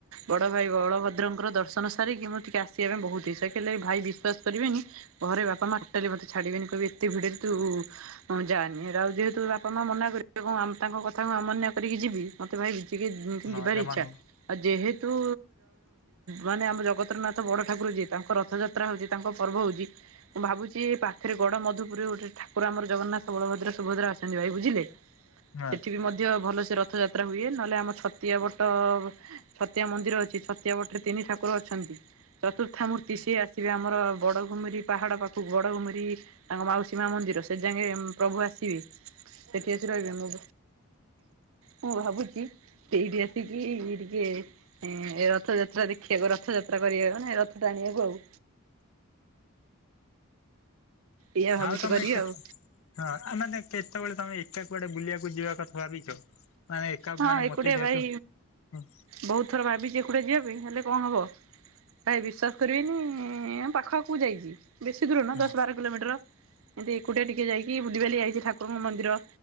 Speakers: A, on the right; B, on the left.
A: ବଡ ଭାଇ ବଳଭଦ୍ରଙ୍କର ଦର୍ଶନ ସାରିକି ମତେ ଆସିବା ପାଇଁ ବହୁତ ଇଚ୍ଛା ହେଲେ ଭାଇ ବିଶ୍ଵାସ କରିବେନି ଘରେ ବାପା ମା ଟୋଟଲି ମତେ ଛାଡିବେନି କହିବେ ଏତେ ଭିଡରେ ତୁ ହଁ ଯାଆନି ଆଉ ଯେହେତୁ ବାପା ମା ମନା କରିବେ ତାଙ୍କ କଥା ମୁ ଅମାନ୍ୟ କରିକି ଯିବି ମତେ ଭାଇ ଟିକେ
B: ହଁ
A: ଯିବାର
B: ଜମା
A: ଇଚ୍ଛାଆଉ
B: ନୁହଁ
A: ଯେହେତୁ ମାନେ ଆମ ଜଗତରନାଥ ବଡ ଠାକୁର ଯିଏ ତାଙ୍କ ରଥଯାତ୍ରା ହଉଛି ତାଙ୍କ ପର୍ବ ହଉଛି ମୁଁ ଭାବୁଛି ଏ ପାଖରେ ଗଡ ମଧୁପୁରରେ ଗୋଟେ ଠାକୁର ଆମର ଜଗନ୍ନାଥ ବଳଦ୍ର ସୁଭଦ୍ରା ଅଛନ୍ତି ଭାଇ ବୁଝିଲେ।
B: ହଁ
A: ସେଠି ବି ମଧ୍ୟ ଭଲସେ ରଥଯାତ୍ରା ହୁଏ। ନହେଲେ ଆମ ଛତିଆ ବଟ ଛତିଆ ମନ୍ଦିର ଅଛି ଛତିଆ ମଠରେ ତିନି ଠାକୁର ଅଛନ୍ତି ଚତୁର୍ଥା ମୂର୍ତ୍ତି ସିଏ ଆସିବେ ଆମର ବଡ଼ଘୁମିରି ପାହାଡ଼ ପାଖକୁ ବଡ଼ଘୁମିରି ତାଙ୍କ ମାଉସୀ ମା ମନ୍ଦିର ସେ ଯାକେ ପ୍ରଭୁ ଆସିବେ ସେଠି ଆସି ରହିବେ ମୁଁ ମୁଁ ଭାବୁଛି ସେଇଠି ଆସିକି ଟିକେଏ ରଥଯାତ୍ରା ଦେଖିବାକୁ ରଥଯାତ୍ରା କରିବାକୁ ନା ଏଇ ରଥ ଟାଣିବାକୁ ଆଉ। ଏଇଆ ଭାବୁଛି
B: ଆଉ ତମେ
A: କରିବି
B: କେତେ
A: ଆଉ।
B: ହଁ ଆ ମାନେ କେତେବେଳେ ତମେ ଏକା କୁଆଡେ ବୁଲିବାକୁ ଯିବା କଥା ଭାବିଛ? ମାନେ ଏକା
A: ହଁ
B: ମାନେ
A: ଏକୁଟିଆ
B: ମତେ ଯେହେତୁ
A: ଭାଇ
B: ହୁଁ
A: ବହୁତ ଥର ଭାବିଛି ଏକୁଟିଆ ଯିବା ପାଇ ହେଲେ କଣ ହବ ଭାଇ ବିଶ୍ଵାସ କରିବେନି ପାଖ ପାଖକୁ ଯାଇଛିି ବେଶୀ ଦୂର ନୁହଁ
B: ହୁଁ
A: ଦଶ ବାର କିଲୋମିଟର ଏମତି ଏକୁଟିଆ ଟିକେ ଯାଇକି ବୁଲିିବାଲି ଆଇଛି ଠାକୁରଙ୍କ ମନ୍ଦିର